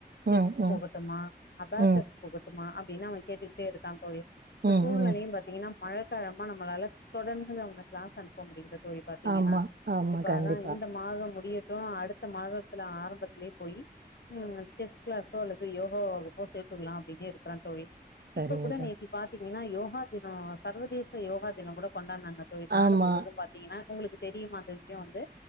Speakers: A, on the left; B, on the right.
A: செஸ்
B: ம் ம்
A: போகட்டும்மா அபாகஸ்
B: ம்
A: போகட்டுமா அப்டின்னு அவ கேட்டுக்கிட்டே இருக்கா தோழி இப்ப
B: ம்
A: சூழ்நிலையும்
B: ம்
A: பாத்திங்கினா மழ இப்ப நம்மளால தொடர்ந்து நா அவன கிளாஸ் அனுப்ப முடில தோழி பாத்திங்கன்னா
B: ஆமா ஆமா
A: இப்ப
B: கண்டிப்பா
A: அதா இந்த மாத முடியட்டு அடுத் த மாதத்துல ஆரம்பத்துலேயே போயி ம் செஸ் கிளாஸோ அல்லது யோகா வகு ப்போ சேத்துடலா அப்டின்னே இருக்கறா தோழி
B: சரிங்க
A: இப்ப கூட
B: தோழி
A: நேத்தி பாத்திங்கன்னா யோகா தின சர்வதேச யோகா தினங்கூட கொண்டாடுனாங்க தோழி நாடு
B: ஆமா
A: முழுவதும் பாத் திங்கன்னா உங்களுக்கு தெரியுமா அந்த விஷய வந்து